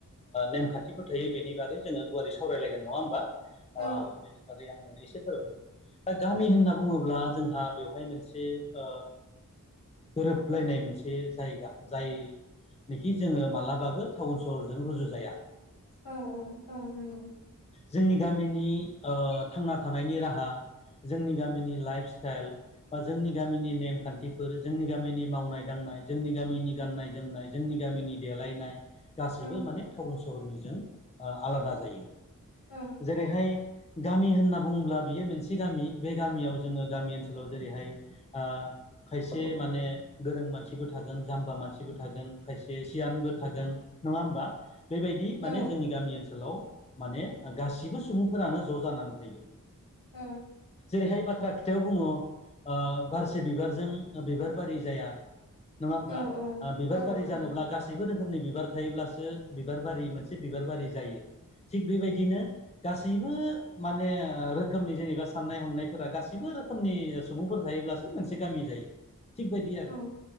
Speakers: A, on the left (about 20°); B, on the left (about 85°).
A: नेमखान्थिफोर थायो बेनि बागै जोङो गुवारै सावरायलायगोन नङा होमबा
B: औ
A: बेनि बागै आं नोंनो एसे <unintelligible> गामि होनना बुङोब्ला जोंहा बेवहाय मोनसे ओ गोरोबलायनाय मोनसे से जायगा जायनोखि जोङो मालाबाबो टाउन सहरजों रुजु जाया।
B: औ औ औ नंगौ।
A: जोंनि गामिनि ओ थांना थानायनि राहा जोंनि गामिनि लाइफ स्टाइल बा जोंनि गामिनि नेमखान्थिफोर जोंनि गामिनि मावनाय दांनाय जोंनि गामिनि गाननाय जोमनाय जोंनि गामिनि देलायनाय गासैबो
B: औ
A: माने टाउन सहरनि जों आलादा जायो
B: औ
A: जेरैहाय गामि होनना बुङोब्ला बियो मोनसे गामि बे गामियाव जोङो गामि ओनसोलाव जेरैहाय ओ खायसे माने गोरों मानसि बो थागोन जामबा मानसिबो थागोन खायसे सियानबो थागोन नङा होमबा? बेबायदि
B: औ
A: माने जोंनि गामि ओनसोलाव माने गासिबो सुबुंफोरानो ज' जानानै थायो।
B: औ।
A: ओरैहाय बाथ्रा खोथायाव बुङो ओ बारसे बिबारजों बिबार बारि जाया। नङा होमबा
B: औ
A: बिबार
B: औ
A: बारि
B: नंगौ
A: जानोब्ला गासैबो रोखोमनि बिबार थायोब्लासो बिबार बारि मोनसे बिबार बारि जायो। थिग बेबायदिनो गासैबो माने रोखोमनि जेनेबा साननाय हनायफोरा गासैबो रोखोमनि सुबुंफोर थायोब्लासो मोनसे गामि जायो थिग बिदि आरो।
B: औ